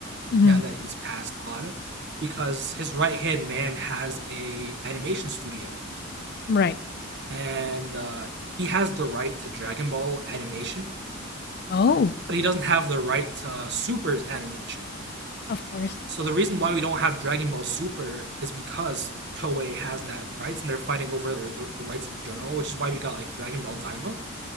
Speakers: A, on the left (about 50°); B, on the right (about 55°).
A: hmm
B: now that he's passed on because his right hand man has a animation studio
A: Right.
B: and uh, he has the right to Dragon Ball animation,
A: Oh,
B: but he doesn't have the right to Super's animation.
A: of course.
B: So the reason why we don't have Dragon Ball Super is because Toei has that rights and they're fighting over their, the, the rights in general, which is why we got like Dragon Ball Daima,